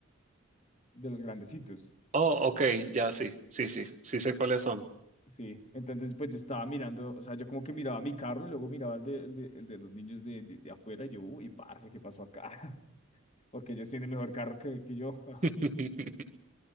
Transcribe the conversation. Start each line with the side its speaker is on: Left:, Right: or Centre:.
Left: de los grandecitos.
Right: Oh,
Left: ¿Qué
Right: ok,
Left: tal?
Right: ya sí, sí, sí, sí sé cuáles son.
Left: Sí, entonces pues yo estaba mirando, o sea, yo como que miraba mi carro y luego miraba el de, el de, el de los niños de, de, de afuera y yo, uy, parce, ¿qué pasó acá? <laughs> Porque ellos tienen mejor carro que, que yo. <laughs>
Right: <laughs>